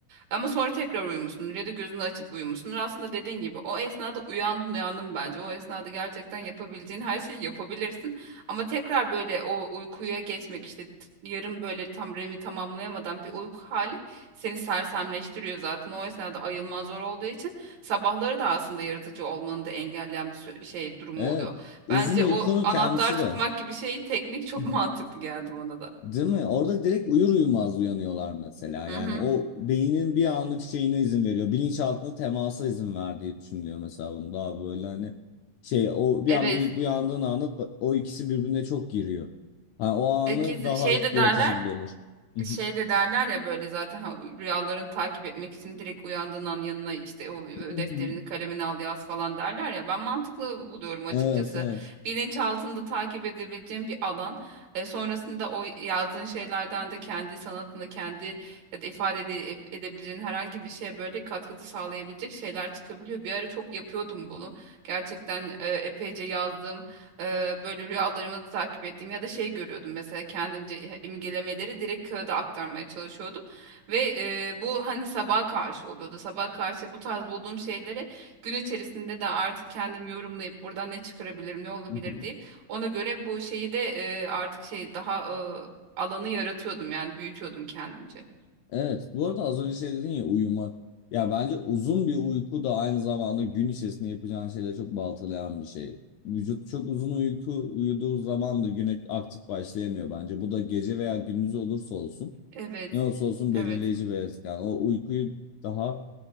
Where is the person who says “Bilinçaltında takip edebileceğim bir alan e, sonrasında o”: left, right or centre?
Right